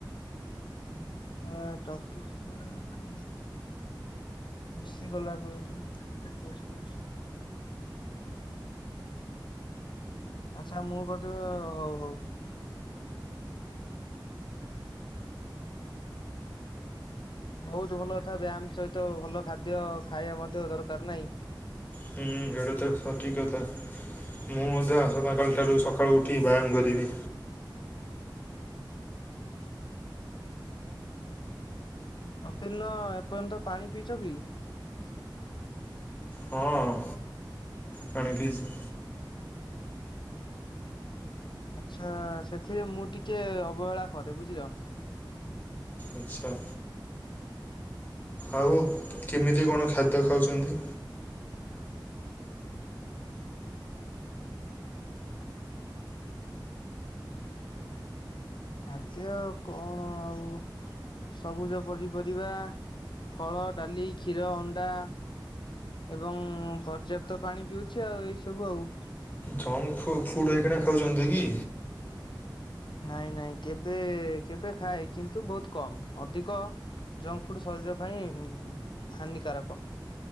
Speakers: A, on the left; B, on the left.
A: ହଁ ଟପିକ କଣ <unintelligible> ମିଶି ଗଲା କୁ ଏଟା କହୁ କହୁଛି <inaudible> ଆଚ୍ଛା ମୁଁ ବୌଦ୍ଧଏ ହଉ ହଉ। ବହୁତ ଭଲ କଥା ବ୍ୟାୟାମ ସହିତ ଭଲ ଖାଦ୍ୟ ଖାଇବା ମଧ୍ୟ ଦରକାର ନାହିଁ।
B: ହୁଁ ଏଇଟା ତ ସଠିକ କଥା। ମୁଁ ମଧ୍ୟ ଆସନ୍ତାକାଲିଠାରୁ ସକାଳୁ ଉଠି ବ୍ୟାୟାମ କରିବି।
A: ପ୍ରତିଦିନ ଏପର୍ଯ୍ୟନ୍ତ ପାଣି ପିଇଛ କି?
B: ହଁ ପାଣି ପିଇଛି।
A: ଆଚ୍ଛା ସେଥିରେ ମୁଁ ଟିକେ ଅବହେଳା କରେ ବୁଝିିଲ।
B: ଆଚ୍ଛା। ଆଉ କେମିତି କଣ ଖାଦ୍ୟ ଖାଉଛନ୍ତି?
A: ଖାଦ୍ୟ କଣ ଆଉ ସବୁଜ ପନିପରିବା, ଫଳ, ଡାଲି, କ୍ଷୀର, ଅଣ୍ଡା। ଏବଂ ପର୍ଯ୍ୟାପ୍ତ ପାଣି ପିଉଛି ଆଉ ଏଇ ସବୁ ଆଉ।
B: ଜଙ୍କ ଫୁଡ଼୍ ଫୁଡ୍ ହେଇକିନା ଖାଉଛନ୍ତି କି?
A: ନାଇଁ ନାଇଁ କେବେ କେବେ ଖାଏ କିନ୍ତୁ ବୋହୁତ କମ୍ ଅଧିକ ଜଙ୍କ୍ ଫୁଡ୍ ଶରୀର ପାଇଁ ହାନିକାରକ।